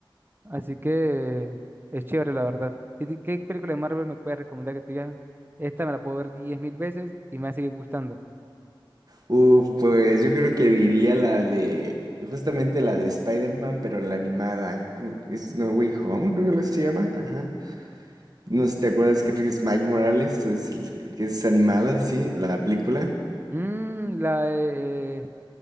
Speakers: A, on the right; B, on the right.
A: Así que es chévere, la verdad. Si ti- ¿Qué película de Marvel me puedes recomendar que te digas? Esta me la puedo ver 10.000 veces y me va a seguir gustando.
B: Uf, pues yo creo que diría la de, justamente la de Spider-Man, pero la animada, como que es No Way Home, creo que lo así se llama, ajá. No sé si te acuerdas, creo que es Mike Morales, es el que que es animada, sí, la película,
A: Mm, la de- eh,